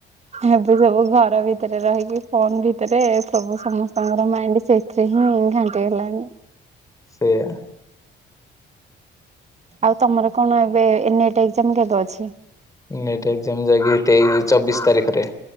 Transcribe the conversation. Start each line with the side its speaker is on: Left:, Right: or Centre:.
Right: ଏବେ ସବୁ ଘର ଭିତରେ ରହିକି ଫୋନ ଭିତରେ ସବୁ ସମସ୍ତଙ୍କର ମାଇଣ୍ଡ ସେ ସେ ହିଁ ଘାଣ୍ଟି ହେଲାଣି।
Left: ସେୟା।
Right: ଆଉ ତମର କଣ ଏବେ ଏନେ ଏଟ ଏକ୍ଜାମ କେବେ ଅଛି।
Left: ଏନେଟ୍ ଏକ୍ଜାମ ଯାଇକି ତେଇଶ ଚବିଶ ତାରିଖରେ